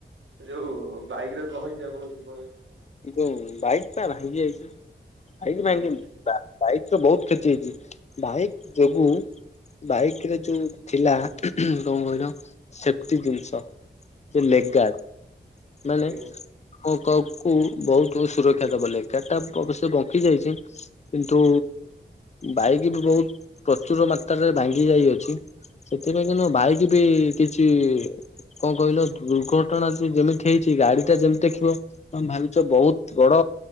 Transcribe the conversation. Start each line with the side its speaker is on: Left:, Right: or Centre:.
Right: ଏ ଯୋଉ ବାଇକ ର କଣ ହେଇଚି ଆଉ କଣ ହେଇଚି କଣ ନାଇଁ।
Left: ଏ ଯୋଉ ବାଇକ୍ ତା ଭାଙ୍ଗି ଯାଇଚି। ବାଇକ୍ ଭାଙ୍ଗିନି
Right: ଆଜ୍ଞା
Left: ବାଇକ୍ ତ ବହୁତ କ୍ଷତି ହେଇଚି। ବାଇକ୍ ଯୋଗୁ ବାଇକରେ ଯୋଉ ଥିଲା କଣ କହିଲ ସେଫଟି ଜିନିଷ ଯୋଉ ଲେଗ
Right: ଆଜ୍ଞା
Left: ଗାଡ଼ ମାନେ
Right: ଆଜ୍ଞା
Left: କ କଉ କୁ ବହୁତ ବହୁତ ସୁରକ୍ଷା ଦବ। ଲେଗ ଗାଡ଼ ଟା ଅବଶ୍ୟ ବଙ୍କି ଯାଇଚି କିନ୍ତୁ ବାଇକ୍ ବି ବହୁତ ପ୍ରଚୁର ମାତ୍ରାରେ ଭାଙ୍ଗି ଯାଇଅଛି। ସେଥିପାଇଁ କି ମୋ କିନ୍ତୁ ଭାଇକ ବି କିଛି କଣ କହିଲ ଦୁର୍ଘଟଣା ଯେ ଯେମିତି ହେଇଛି। ଗାଡିଟା ଯେମିତି ଦେଖିବ ତମେ ଭାବୁଛ ବହୁତ ବଡ